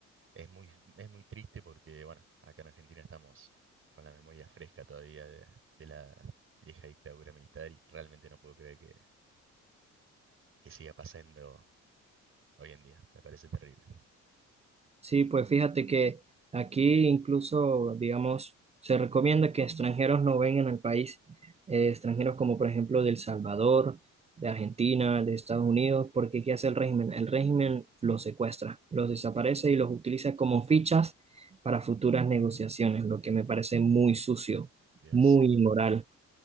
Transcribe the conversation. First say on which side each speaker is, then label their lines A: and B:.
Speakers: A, on the right; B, on the right.
A: Es muy, es muy triste porque, bueno, acá en Argentina estamos con la memoria fresca todavía de, de la vieja dictadura militar y realmente no puedo creer que, que siga pasando hoy en día. Me parece terrible.
B: Sí, pues fíjate que aquí incluso, digamos, se recomienda que extranjeros no vengan al país, eh, extranjeros como por ejemplo de El Salvador, de Argentina, de Estados Unidos, porque ¿qué hace el régimen? El régimen los secuestra, los desaparece y los utiliza como fichas para futuras negociaciones, lo que me parece muy sucio,
A: Dios.
B: muy inmoral.